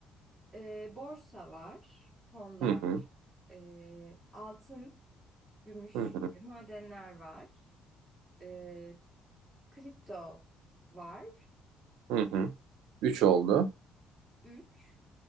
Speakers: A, in the centre; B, on the right.
A: E, borsa var, fonlar,
B: Hı hı.
A: e, altın, gümüş
B: Hı hı.
A: gibi madenler var. E, kripto var.
B: Hı hı. Üç
A: E,
B: oldu.
A: üç